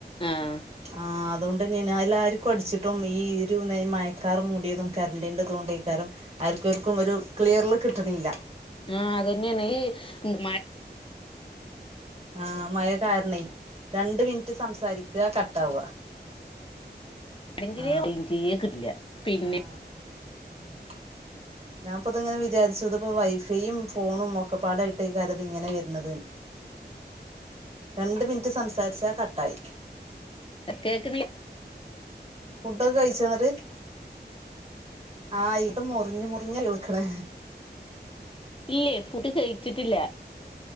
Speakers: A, on the left (about 30°); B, on the right (about 35°).
A: ആഹ്
B: ആഹ് അതുകൊണ്ടെന്നേണ് അയ്ലാർക്കും അടിച്ചിട്ടും ഈ ഒരു മയക്കാർ മൂടിയതും കറണ്ടിൻ്റെതോണ്ടയ്കാരം ആർക്കും ആർക്കും ഒരു ക്ലിയർല് കിട്ടണല്ല.
A: ആഹ് അതന്നെണ് ഈ മയ്
B: ആഹ് മഴ കാരണ രണ്ട് മിനിറ്റ് സംസാരിക്ക കട്ടാവ
A: മഴയാണെങ്കില്
B: ആഹ്
A: റേഞ്ചേ കിട്ടില്ല പിന്നെ
B: ആഹ് ആഹ് ഞാൻപ്പതങ്ങനെ വിചാരിച്ചത്പ്പ വൈഫൈയും ഫോണും ഒക്കെപാടായിട്ട്കാരം ത്ങ്ങനെ വരുന്നത്. രണ്ട് മിനിറ്റ് സംസാരിച്ച കട്ടായി.
A: കേക്ക്ണി
B: ഫുഡൊക്കെ കഴിച്ചന്നിട്ട്? ആഹ് ഇത്‌ മുറിഞ്ഞ് മുറിഞ്ഞ കേൾക്കണേ
A: ഇല്ലേ ഫുഡ് കഴിച്ചിട്ടില്ല.